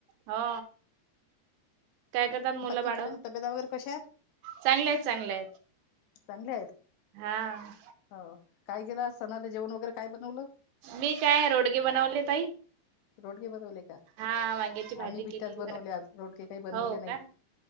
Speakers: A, on the right (about 80°); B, on the left (about 75°).
A: हा काय करतात मुलं
B: बाकी
A: बाळ?
B: मुलाच्या तब्येता वगैरे कशा आहेत
A: चांगले आहेत चांगले आहेत.
B: चांगले आहेत
A: हा
B: हो काय केलं सणाला जेवण वगैरे काय बनवलं?
A: मी काय रोडगे बनवले ताई.
B: रोडगे बनवले का थालीपीठं
A: हा वांग्याची भाजी केली
B: बनवले
A: बर
B: आज रोडगे काही बनवले
A: हो का
B: नाहीत.